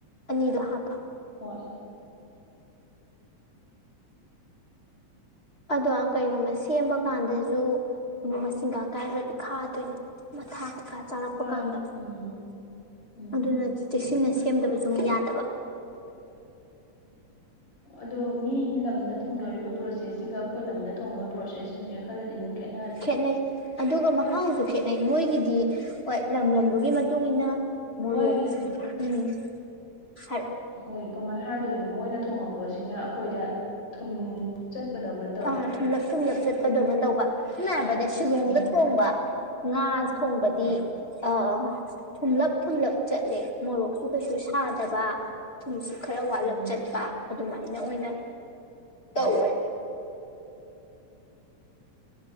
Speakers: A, on the left; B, on the left.
A: ꯑꯅꯤꯗꯣ ꯍꯥꯞꯄ
B: ꯍꯣꯏ
A: ꯑꯗꯣ ꯀꯩꯒꯨꯝꯕ ꯁꯦꯝꯕ ꯀꯥꯟꯗꯁꯨ ꯎꯨ ꯃꯁꯤꯡꯒ ꯀꯥꯏꯈ꯭ꯔꯗꯤ ꯈꯥꯗꯣꯏꯅꯦ ꯃꯊꯥ ꯀꯀꯥ ꯆꯥꯔꯛꯄ
B: ꯈꯥꯏ
A: ꯀꯥꯟꯗ
B: ꯎꯝ ꯎꯝ
A: ꯑꯗꯨꯅ ꯆꯦꯛꯁꯤꯟꯅ ꯁꯦꯝꯗꯕꯁꯨ ꯌꯥꯗꯕ
B: ꯑꯗꯣ ꯃꯤ ꯂꯝꯗ ꯊꯣꯡꯅꯔꯤꯕ ꯄ꯭ꯔꯣꯁꯦꯁꯁꯤꯒ ꯑꯩꯈꯣꯏ ꯂꯝꯗ ꯊꯣꯡꯉꯕ ꯄ꯭ꯔꯣꯁꯦꯁꯁꯤꯡꯁꯤꯒ ꯈꯔꯗꯤ ꯑꯗꯨꯝ ꯈꯦꯠꯅꯩ
A: ꯈꯦꯠꯅꯩ ꯑꯗꯨꯒ ꯃꯍꯥꯎꯁꯨ ꯈꯦꯅꯩ ꯃꯣꯏꯒꯤꯗꯤ ꯍꯣꯏ ꯂꯝ ꯂꯝꯗꯨꯒꯤ ꯃꯇꯨꯡ ꯏꯟꯅ ꯃꯣꯔꯣꯛ
B: ꯃꯣꯏꯒꯤ
A: ꯎꯝ ꯍꯥꯏꯔꯛ
B: ꯍꯣꯏ ꯀꯃꯥꯏꯅ ꯍꯥꯏꯗꯣꯏꯅꯣ ꯃꯣꯏꯅ ꯊꯣꯉꯛꯄꯁꯤꯅ ꯑꯩꯈꯣꯏꯗ ꯊꯨꯝ ꯆꯠꯄꯗꯧꯅ ꯇꯧꯋꯦ
A: ꯑꯥ ꯊꯨꯝꯂꯞ ꯊꯨꯝꯂꯞ ꯆꯠꯄꯗꯧꯅ ꯇꯧꯕ ꯁꯝꯅ ꯍꯥꯏꯔꯕꯗ ꯁꯤꯂꯣꯡꯗ
B: ꯎꯝ
A: ꯊꯣꯡꯕ ꯉꯥ ꯊꯣꯡꯕꯗꯤ
B: ꯍꯣꯏ
A: ꯑ ꯊꯨꯝꯂꯞ ꯊꯨꯝꯂꯞ ꯆꯠꯂꯦ ꯃꯣꯔꯣꯛꯁꯨ ꯀꯩꯁꯨ ꯁꯥꯗꯕ ꯊꯨꯝꯁꯨ ꯈꯔ ꯋꯥꯠꯂꯞ
B: ꯎꯝ
A: ꯆꯠꯄ ꯑꯗꯨꯃꯥꯏꯅ ꯑꯣꯏꯅ
B: ꯍꯣꯏ
A: ꯇꯧꯋꯦ